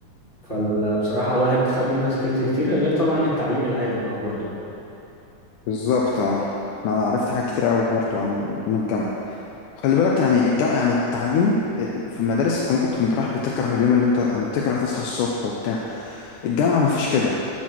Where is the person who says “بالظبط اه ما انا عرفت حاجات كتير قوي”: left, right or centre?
Left